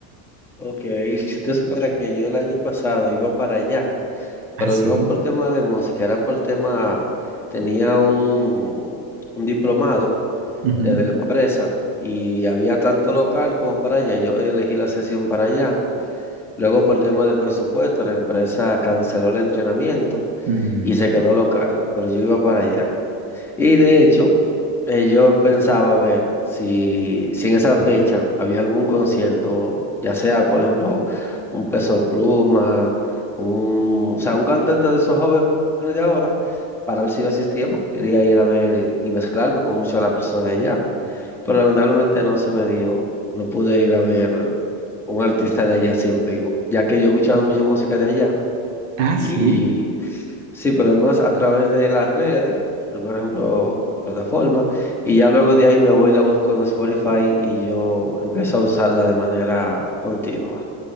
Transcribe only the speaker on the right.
Ah,
sí.
Ujú.
Mm.
Ah, sí.